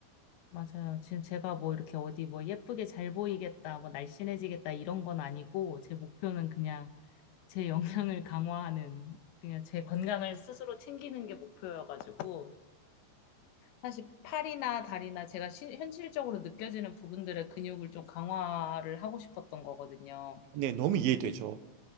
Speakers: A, on the left (about 75°); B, on the right (about 65°).
A: 맞아요. 지금 제가 뭐 이렇게 어디 뭐 예쁘게 잘 보이겠다, 뭐 날씬해지겠다 이런 건 아니고, 제 목표는 그냥 제 영양을 강화하는, 그냥 제 건강을 스스로 챙기는 게 목표여가지고, 사실 팔이나 다리나 제가 시- 현실적으로 느껴지는 부분들의 근육을 좀 강화를 하고 싶었던 거거든요.
B: 네, 너무 이해되죠.